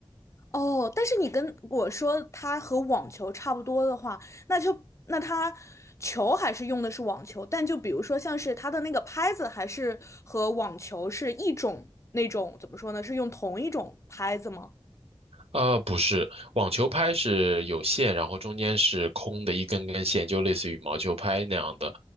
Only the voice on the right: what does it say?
呃，不是，网球拍是有线，然后中间是空的一根根线，就类似于羽毛球拍那样的，